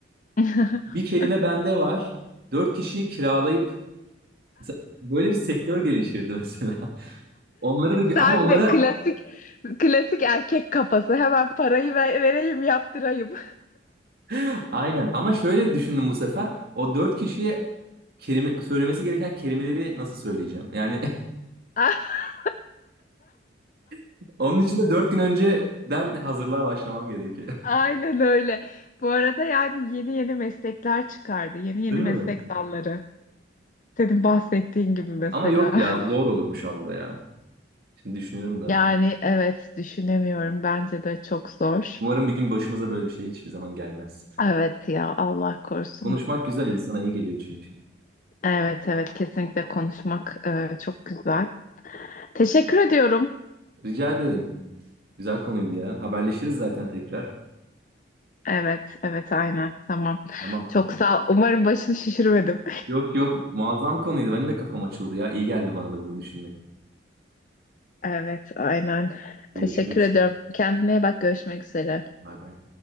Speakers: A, on the left (about 40°); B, on the right (about 55°).
A: <laughs>
B: Bir kelime bende var. Dört kişiyi kiralayıp mesela böyle bir sektör gelişirdi mesela. <laughs> Onları da
A: Sen
B: ama onlara
A: de klasik klasik erkek kafası. Hemen parayı ver- vereyim, yaptırayım.
B: <laughs> aynen ama şöyle düşündüm bu sefer. O dört kişiye kelime söylemesi gereken kelimeleri nasıl söyleyeceğim? Yani
A: <laughs>
B: <laughs> onun için de dört gün önceden hazırlığa başlamam gerekiyor. <laughs>
A: Aynen öyle. Bu arada yani yeni yeni meslekler çıkardı. Yeni yeni
B: Değil mi?
A: meslek dalları. Senin bahsettiğin gibi mesela.
B: Ama yok ya
A: <laughs>
B: zor olurmuş abla ya. Şimdi düşünüyorum da.
A: Yani evet düşünemiyorum. Bence de çok zor.
B: Umarım bir gün başımıza böyle bir şey hiçbir zaman gelmez.
A: Evet ya Allah korusun.
B: Konuşmak güzel, insana iyi geliyor çünkü.
A: Evet evet kesinlikle konuşmak e, çok güzel. Teşekkür ediyorum.
B: Rica ederim. Güzel konuydu ya. Haberleşiriz zaten tekrar.
A: Evet, evet aynen. Tamam.
B: Tamam.
A: Çok sağ ol. Umarım başını şişirmedim.
B: Yok yok, muazzam konuydu. Benim de kafam açıldı ya. İyi geldi bana da bunu düşünmek.
A: Evet, aynen.
B: Görüşürüz.
A: Teşekkür ediyorum. Kendine iyi bak. Görüşmek üzere.
B: Bay bay.